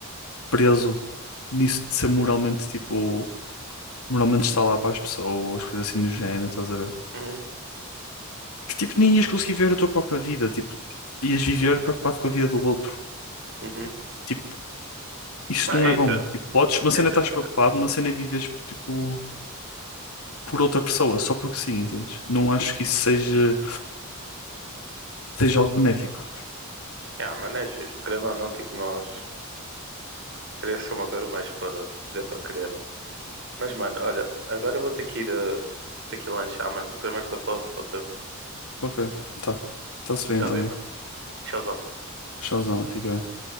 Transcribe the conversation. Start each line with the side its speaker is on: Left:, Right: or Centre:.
Left: preso nisso de ser moralmente, tipo, moralmente estar lá para as pessoas, coisas assim do género, estás a ver?
Right: uhum,
Left: Que, tipo, nem ias conseguir ver a tua própria vida, tipo, ias viver preocupado com a vida do outro.
Right: uhum.
Left: Tipo, Isto
Right: Mas
Left: não
Right: eu
Left: é
Right: entendo,
Left: bom. Tipo, podes, uma cena
Right: eu entendo,
Left: estás
Right: eu
Left: preocupado,
Right: entendo.
Left: uma cena vives tipo por outra pessoa, só porque sim, entendes? Não acho que isso seja, seja algo benéfico.
Right: Yeah, mano, é justo. Querendo ou não, tipo, nós. Teria que ser uma coisa mais para ver para querer. Mas, mano, olha, agora eu vou ter que ir, eh, ter que ir lanchar, mano. Depois mais tarde falamos, pode ser?
Left: Ok, tá. Está-se bem
Right: Tá
Left: então,
Right: bem,
Left: mano.
Right: mano. Tchauzão.
Left: Tchauzão, mano. fica bem.